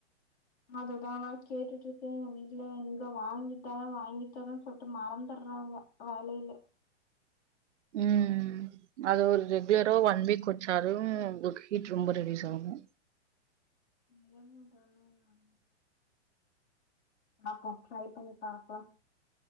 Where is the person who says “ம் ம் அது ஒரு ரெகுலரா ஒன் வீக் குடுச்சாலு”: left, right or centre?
Right